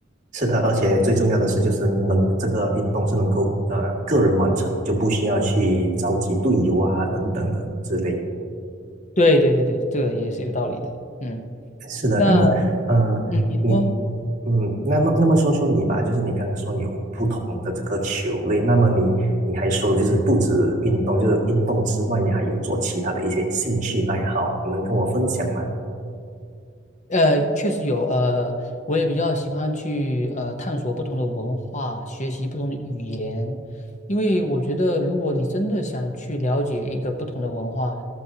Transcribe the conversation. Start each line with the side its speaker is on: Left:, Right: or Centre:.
Right: 是的，而且最重要的是就是能这个运动是能够呃个人完成的，就不需要去召集队友啊等等的之类。
Left: 对对对对，这个也是有道理的。嗯，
Right: 是的，
Left: 那
Right: 那么嗯，
Left: 嗯，你说。
Right: 你嗯，那么那么说说你吧，就是你刚刚说有不同的这个球类，那么你你还说就是不止运动，就是运动之外，你还有做其他的一些兴趣爱好，你能跟我分享吗？
Left: 呃，确实有，呃，我也比较喜欢去呃探索不同的文化，学习不同的语言，因为我觉得如果你真的想去了解一个不同的文化，